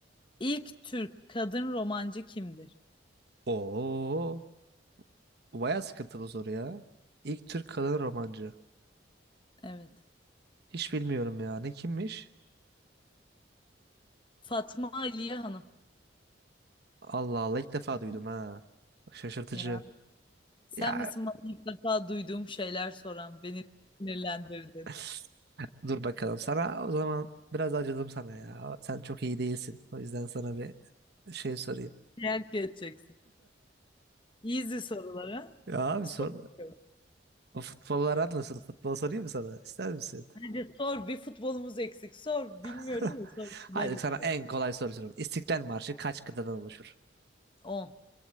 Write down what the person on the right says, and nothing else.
Oo, bu bayağı sıkıntılı soru ya. İlk Türk kadın romancı.
Hiç bilmiyorum ya. Ne kimmiş?
Allah Allah ilk defa duydum ha. Şaşırtıcı.
Ya
<sighs> dur bakalım. Sana o zaman biraz acıdım sana ya. Sen çok iyi değilsin. O yüzden sana bir şey sorayım.
Ya abi
sor.
O futbollar nasıl? Futbol sorayım mı sana? İster misin?
<laughs>
Hadi sana
en kolay soru sorayım. İstiklal Marşı kaç kıtadan oluşur?